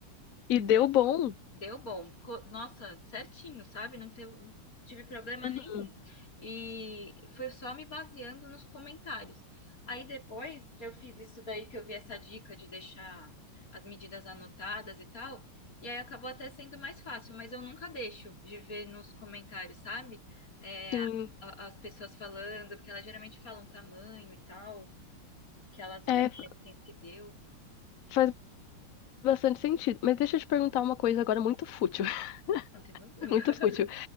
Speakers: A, on the left; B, on the left.
A: E deu bom.
B: Deu bom. Ficou- Nossa, certinho, sabe? Não teve, não tive problema
A: Uhum.
B: nenhum. E foi só me baseando nos comentários. Aí depois eu fiz isso daí que eu vi essa dica de deixar as medidas anotadas e tal. E aí acabou até sendo mais fácil, mas eu nunca deixo de ver nos comentários, sabe? É,
A: Sim.
B: a- as pessoas falando, porque elas geralmente falam tamanho e tal, o que elas vestem,
A: É, f-
B: se deu.
A: faz bastante sentido. Mas deixa eu te perguntar uma coisa agora muito fútil. <laughs>
B: Não tem problema.
A: Muito
B: <laughs>
A: fútil.